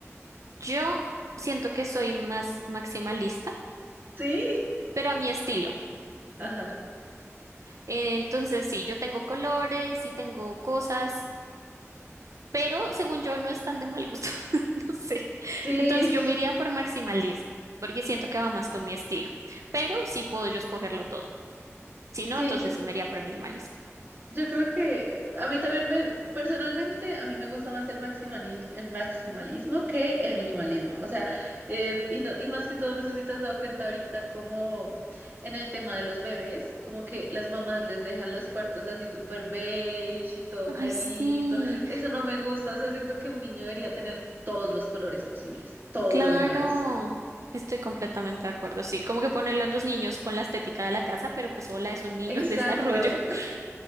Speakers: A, on the right; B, on the right.
A: Yo siento que soy más maximalista,
B: Sí.
A: pero a mi estilo.
B: Ajá.
A: Eh, Entonces, sí, yo tengo colores y tengo cosas, pero según yo no están de mal gusto. <laughs> No sé.
B: Sí,
A: Entonces, yo me iría por maximalismo, porque siento que va
B: <laughs>
A: más con mi estilo, pero sí puedo yo escogerlo todo. Si no,
B: sí,
A: entonces sí me iría por minimalismo.
B: yo creo que a mí también me, personalmente, a mí me gusta más el maximani- el maximalismo que el minimalismo. O sea, eh, y, no- y más que todo, no sé si te has dado cuenta ahorita como en el tema de los bebés, como que las mamás les dejan los cuartos así súper beige y todo
A: Ay,
B: clarito.
A: sí,
B: Eso no me gusta. O sea, siento que un niño debería tener todos los colores posibles, todo
A: claro.
B: de una vez.
A: Estoy completamente de acuerdo. Sí, como que ponerle a los niños con la estética de la casa, pero pues hola, es un niño
B: Exacto,
A: en desarrollo. <laughs>